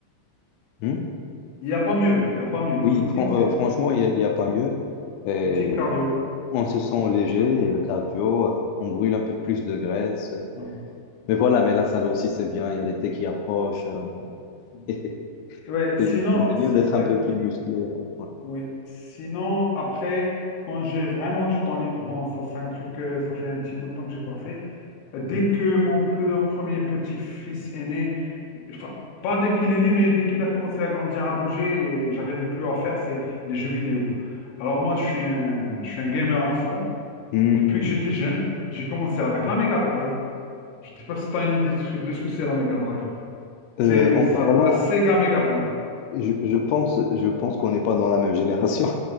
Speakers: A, on the left; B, on the left.
A: Hmm
B: Il n'y a pas mieux. Il n'y a pas mieux. Le
A: Oui,
B: footing,
A: fran- euh,
B: c'est
A: franchement, il n'y a, il y a pas mieux. Et
B: footing cardio.
A: on, on se sent léger et le cardio, euh, on brûle un peu plus de graisse.
B: Ouais,
A: Mais voilà, mais la salle aussi, c'est bien. Il y a l'été qui approche. euh,
B: Ouais,
A: <laughs>
B: Ouais, sinon,
A: C'est c'est- c'est
B: s-
A: bien d'être
B: ouais,
A: un peu plus musclé. ouais. Ouais.
B: ouais. Sinon, après, quand j'ai vraiment du temps libre, bon, ça c'est un truc, que ça fait un petit bout de temps que j'ai pas fait. Euh, Dès que mon peu- premier petit-fils est né, enfin, pas dès qu'il est né, mais dès qu'il a commencé à grandir, à bouger, et j'arrivais plus à faire, c'est des jeux vidéo. Alors moi, je suis un, je suis un gamer à fond.
A: Hmm.
B: Depuis que j'étais jeune, j'ai commencé avec la Mega Drive. Je ne sais pas si tu as une idée de ce que c'est la Mega Drive. C'est
A: Euh, en
B: c'est
A: parlant,
B: la Sega Mega Drive.
A: je, je pense, je pense qu'on n'est pas dans la même génération.